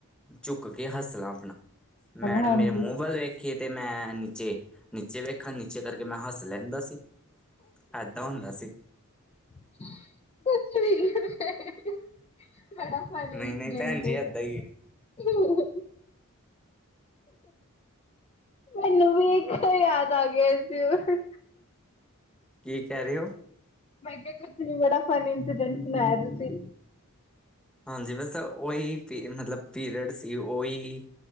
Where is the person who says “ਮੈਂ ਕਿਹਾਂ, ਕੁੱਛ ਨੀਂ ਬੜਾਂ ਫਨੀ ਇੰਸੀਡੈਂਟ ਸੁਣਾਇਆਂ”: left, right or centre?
Left